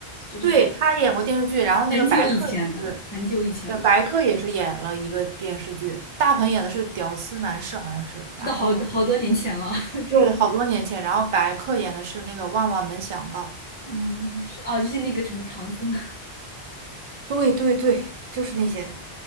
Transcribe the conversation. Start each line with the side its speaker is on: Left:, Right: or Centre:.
Left: 就就是
Right: 对，他演过电视剧，然后那个白客也是。
Left: 很久以前的，很久以前的，
Right: 对，白客也是演了一个电视剧，大鹏演的是屌丝男士，好像是，然后
Left: 都好好多年前了。<laughs> 这个
Right: 对，好多年前，然后白客演的是那个万万没想到，
Left: 嗯是哦，就是那个什么唐僧，<laughs> 他
Right: 对对对，就是那些，